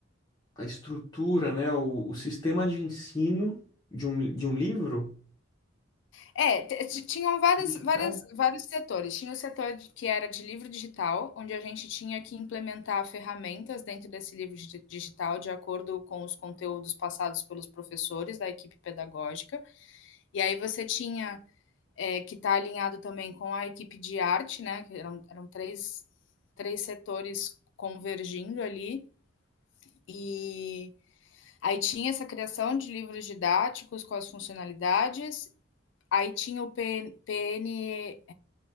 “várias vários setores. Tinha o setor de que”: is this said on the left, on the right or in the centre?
Left